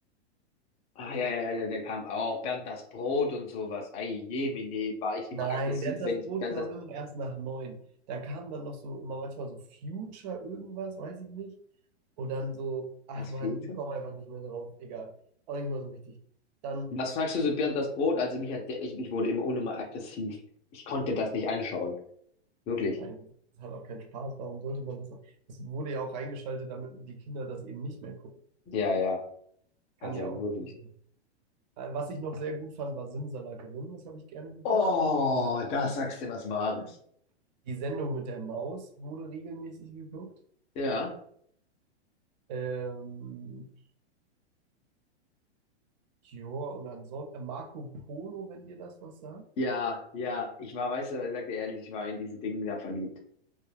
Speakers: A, on the left; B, on the right.
A: Ah, ja, ja, ja, da kam auch Bernd das Brot und sowas. Ei, jemine, war ich
B: Nein,
A: immer aggressiv,
B: während das
A: wenn ich
B: Brot
A: Bernd
B: kam immer erst nach neun Da kam dann noch so immer manchmal so Future irgendwas, weiß ich nicht. Und dann so, ach
A: Was,
B: man,
A: Future?
B: ich komme einfach nicht mehr drauf, egal. Auch nicht mal so wichtig. Dann.
A: Was fragst du so, Bernd, das Brot? Also mich hat der, ich, ich wurde immer unnummer aggressiv. Ich konnte das nicht anschauen. Wirklich.
B: Nein, das hat auch keinen Spaß. Warum sollte man das? auch- Das wurde ja auch reingeschaltet, damit die Kinder das eben nicht mehr gucken.
A: Ja, ja.
B: Kann
A: Also
B: ja auch.
A: wirklich.
B: Also, äh, was ich noch sehr gut fand, war Simsalakrim. Das habe ich gerne geguckt.
A: Oh, da sagst du was Wahres.
B: Die Sendung mit der Maus wurde regelmäßig geguckt.
A: Ja,
B: Ähm, ja, und ansonsten äh, Marco Polo, wenn dir das was sagt.
A: ja, ja. Ich war, weißt du, ich sag dir ehrlich, ich war in diese Dinge da verliebt.